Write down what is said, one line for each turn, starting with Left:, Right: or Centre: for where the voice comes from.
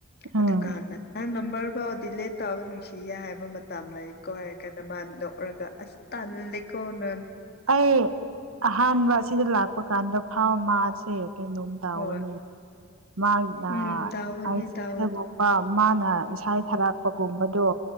Right: ꯎꯝ
Left: ꯑꯗꯨ ꯀꯥꯟꯗ ꯅꯪ ꯅꯝꯕꯔ ꯐꯥꯎ ꯗꯤꯂꯦ ꯇꯥꯕ ꯅꯨꯡꯁꯤꯌꯦ ꯍꯥꯏꯕ ꯇꯝ ꯂꯥꯏꯀꯣ ꯍꯥꯏꯔ ꯀꯥꯟꯗ ꯃꯥ ꯅꯣꯛꯔꯒ ꯑꯁ ꯇꯜꯂꯤꯀꯣꯅ
Right: ꯑꯩ ꯑꯍꯥꯟꯕ ꯑꯁꯤꯗ ꯂꯥꯛꯄ ꯀꯥꯟꯗ ꯐꯥꯎ ꯃꯥꯁꯦ ꯀꯩꯅꯣꯝ ꯇꯧꯕꯅꯦ
Left: ꯍꯣꯏ
Right: ꯃꯥ ꯑꯥ
Left: ꯎꯝ ꯇꯥꯎꯕꯅꯦ
Right: ꯑꯩ
Left: ꯇꯥꯎꯕꯅꯦ
Right: <inaudible> ꯃꯥꯅ ꯏꯁꯥꯏ ꯊꯔꯥꯛꯄꯒꯨꯝꯕꯗꯣ